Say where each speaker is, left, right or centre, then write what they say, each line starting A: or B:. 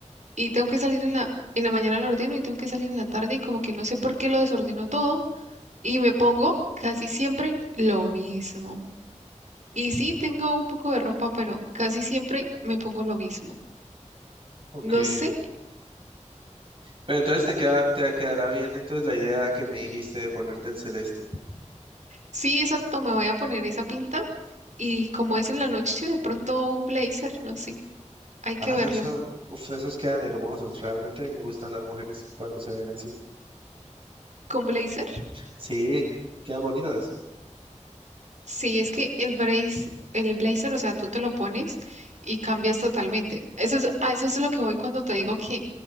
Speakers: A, on the right; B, on the right.
A: y tengo que salir en la, en la mañana lo ordeno y tengo que salir en la tarde y como que no sé por qué lo desordeno todo y me pongo casi siempre lo mismo. Y sí, tengo un poco de ropa, pero casi siempre me pongo lo mismo.
B: Ok.
A: No sé,
B: Pero entonces te queda, te quedará bien entonces la idea que me dijiste de ponerte el celeste.
A: sí, exacto, me voy a poner esa pinta y como es en la noche, de pronto un blazer, no sé, hay que
B: Ah,
A: verlo.
B: esos son, uf, esos quedan hermosos. Realmente me gustan las mujeres cuando se ven así.
A: ¿Con blazer?
B: Sí, quedan bonitas.
A: Sí, es que el brace, el blazer, o sea, tú te lo pones y cambias totalmente. Eso es, a eso es lo que voy cuando te digo que